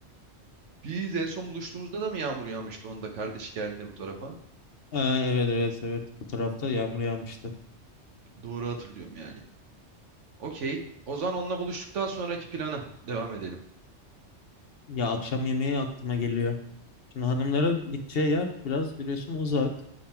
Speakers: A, on the right (about 85°); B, on the left (about 60°).
A: Biz en son buluştuğumuzda da mı yağmur yağmıştı? Onda kardeş geldiğinde bu tarafa.
B: Aa, evet evet evet bu tarafta yağmur yağmıştı.
A: Doğru hatırlıyorum yani. Okey. O zaman onunla buluştuktan sonraki plana devam edelim.
B: Ya akşam yemeği aklıma geliyor. Şimdi hanımların gideceği yer biraz biliyorsun uzak.